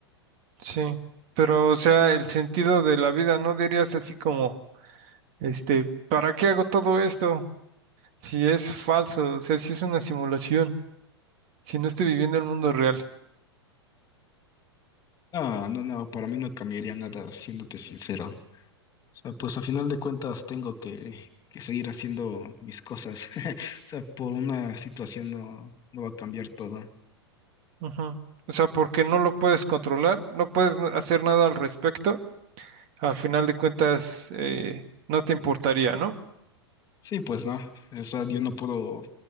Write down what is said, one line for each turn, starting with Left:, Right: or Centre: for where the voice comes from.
Right: sí. Pero, o sea, el sentido de la vida, ¿no dirías así como, este, ¿para qué hago todo esto? Si es falso, o sea, si es una simulación, si no estoy viviendo el mundo real.
Left: No, no, no, para mí no cambiaría nada, siéndote sincero. O sea, pues a final de cuentas tengo que, que seguir haciendo mis cosas. <laughs> O sea, por una situación no, no va a cambiar todo.
Right: Ujú. O sea, porque no lo puedes controlar, no puedes na- hacer nada al respecto, al final de cuentas, eh, no te importaría, ¿no?
Left: Sí, pues no. O sea, yo no puedo